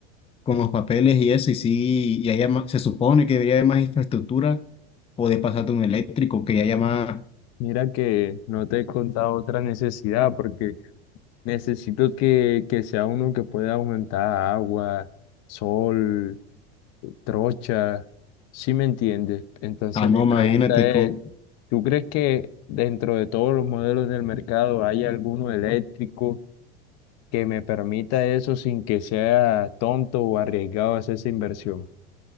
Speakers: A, on the left; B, on the left.
A: con los papeles y eso, y sí, y haya más- se supone que debería haber más infraestructura, poder pasarte un eléctrico, que haya más,
B: mira que no te he contado otra necesidad, porque necesito que, que sea uno que pueda aumentar agua, sol, trocha, ¿sí me entiendes? Entonces
A: ah, no,
B: mi pregunta
A: imagínate, con,
B: es, ¿tú crees que dentro de todos los modelos del mercado hay alguno eléctrico que me permita eso sin que sea tonto o arriesgado hacer esa inversión?